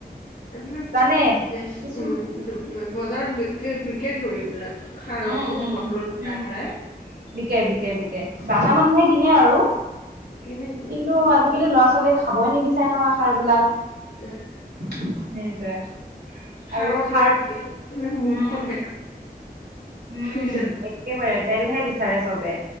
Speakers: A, on the left; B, on the right.
A: এইবিলাক
B: জানে কিছু
A: বেচ উম দো- বজাৰত বিক বিকেটো এইবিলাক। খাৰবোৰ
B: উম উম
A: বটলত
B: উম
A: ভৰাই-ভৰাই।
B: বিকে বিকে বিকে জানা মানুহে কিনে আৰু,
A: কেনে কিনে
B: কিন্তু আজিকালি ল'ৰা ছোৱালীয়ে খাবই নিবিচাৰে নহয়। খাৰবিলাক
A: এ,
B: সেইটোৱেই।
A: খাৰৰ
B: আৰু খাৰ
A: তৰকাৰী দেখি কিনে মুখখন
B: উম
A: বেকা
B: উম
A: বুজিছা নে
B: একেবাৰে তেলহে বিচাৰে চবে।